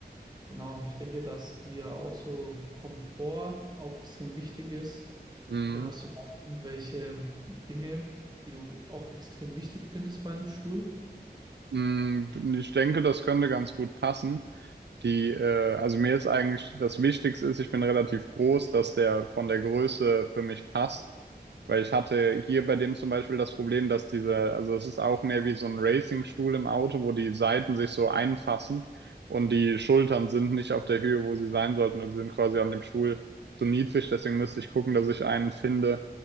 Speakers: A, on the right (about 25°); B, on the right (about 85°).
A: Genau, ich denke, dass dir auch so Komfort auch extrem wichtig ist.
B: Mhm.
A: Oder hast du da auch irgendwelche Dinge, die du auch extrem wichtig findest bei einem Stuhl?
B: Mhm. Ich denke, das könnte ganz gut passen. Die, äh, also mir ist eigentlich das Wichtigste ist, ich bin relativ groß, dass der von der Größe für mich passt. Weil ich hatte hier bei dem zum Beispiel das Problem, dass diese, also es ist auch mehr wie so ein Racingstuhl im Auto, wo die Seiten sich so einfassen und die Schultern sind nicht auf der Höhe, wo sie sein sollten und sind quasi an dem Stuhl zu niedrig. Deswegen müsste ich gucken, dass ich einen finde,